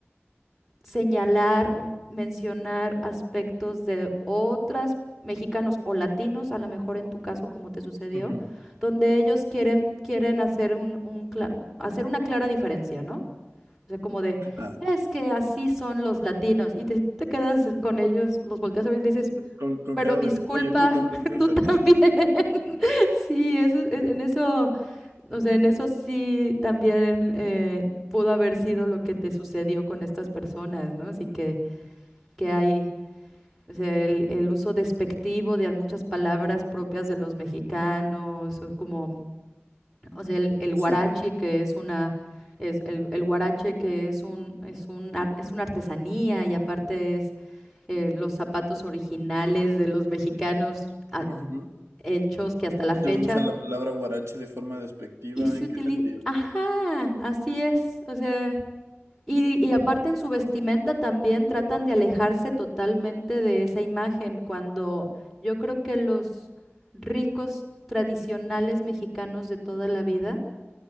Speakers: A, in the centre; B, on the right (about 85°).
A: señalar, mencionar aspectos de otras mexicanos o latinos, a lo mejor en tu caso como te sucedió,
B: ujú,
A: donde ellos quieren, quieren hacer un, un cla- hacer una clara diferencia, ¿no? O sea, como de,
B: Ah,
A: es que así son los latinos, y te, te quedas con ellos, los volteas a ver y dices,
B: con, con
A: pero
B: cara
A: disculpa,
B: de, oye, tú también
A: <laughs>
B: eres
A: tú
B: latino.
A: también. <laughs> Sí, eso, es- en eso, o sea, en eso sí también eh, pudo haber sido lo que te sucedió con estas personas, ¿no? Así que que hay, o sea, el, el uso despectivo de muchas palabras propias de los mexicanos, o como, o sea, el, el huarache,
B: Sí.
A: que es una, es el, el huarache que es un, es un ar- es una artesanía y aparte es eh, los zapatos originales de los mexicanos ah,
B: Ujú.
A: hechos que hasta la
B: Ellos
A: fecha,
B: usan la palabra huarache de forma despectiva,
A: y se
B: ¿en
A: utiliza,
B: qué sentido?
A: ajá, así es, o sea... Y, y aparte en su vestimenta también tratan de alejarse totalmente de esa imagen, cuando yo creo que los ricos tradicionales mexicanos de toda la vida